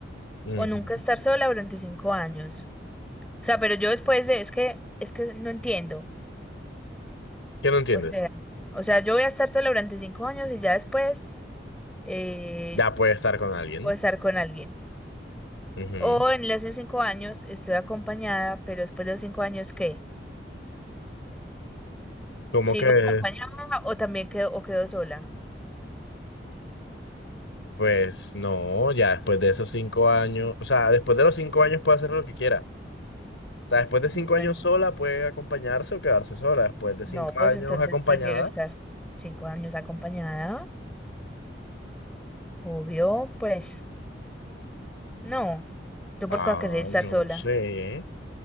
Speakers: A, on the left; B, in the centre.
A: Ujú.
B: o nunca estar sola durante cinco años? O sea, pero yo después de, es que, es que no entiendo.
A: ¿Qué no entiendes?
B: O sea, o sea, yo voy a estar sola durante cinco años y ya después eh,
A: Ya puedes estar con alguien.
B: voy estar con alguien.
A: Ujú.
B: O en los cinco años estoy acompañada, pero después de los cinco años, ¿qué?
A: ¿Cómo
B: ¿Sigo
A: que?
B: acompañada o también quedo, o quedo sola?
A: Pues no, ya después de esos cinco años, o sea, después de los cinco años puede hacer lo que quiera. O sea, después de cinco
B: Ah, Bueno,
A: años sola puede acompañarse o quedarse sola. Después de
B: no,
A: cinco
B: pues
A: años
B: entonces
A: acompañada.
B: prefiero estar cinco años acompañada. Obvio, pues, no. Yo
A: Ah,
B: por qué voy a querer estar
A: yo
B: sola.
A: no sé, ¿eh?